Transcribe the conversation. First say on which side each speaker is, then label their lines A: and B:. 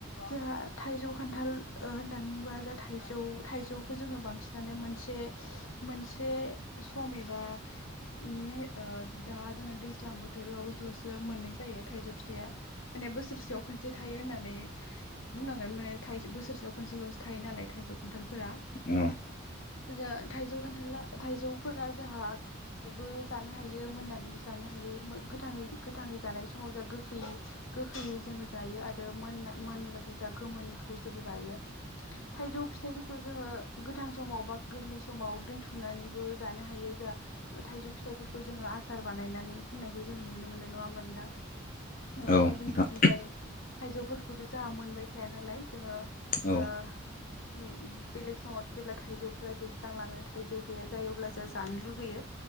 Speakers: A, on the left (about 80°); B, on the left (about 45°).
A: जोहा थाइजौ, खान्थाल ओ होननानै बुङोबा जाहाथ थाइजौ थाइजौखो जोङो बांसिनानो मोनसे मोनसे सम एबा मे ओद दा जोङो दैज्लां बोथोरावज्ल'सो मोननाय जायो थाइजौ फिथाइया माने बोसोरसेयाव खोनसे थायो होननानै बुंनांगोन माने थाइज बोसोरसेयाव खनसेल'सो थायो नालाय थाइजौ खान्थालफोरा
B: औ
A: जो थाइजौ खान्थाला थाइजौफोरा जाहा मैबो जानो हायो मोननानैबो जानो हायो मो गोथाङै गोथाङै जानाय समाव जा गोखै गोखैयै जोङो जायो आरो मोनना मोनबाथाय जा गोमोनखौ जोङो जायो। थाइजौ फिथाइफोरखौ जोङो गोथां समाव बा गोरलै समाव दोनथुमनानैबो जानो हायो जा ओ थाइजौ फिथाइफोरखौ जोङो आसार बानायनानै दोननायखौ जोङो नुनो मोनो नङा ओमबा नोंथां? माने
B: औ
A: जोंनि
B: नोंथां
A: बिथिं जाय थाइजौफोरखौथ' जाहा मोनबाय थाया नालाय जोङो ओ
B: औ
A: उम बेलेग समाव जेब्ला थाइजौफोरा जोबस्रांलाङो थाइजौ गैया जायो अब्ला जा जानो लुगैयो।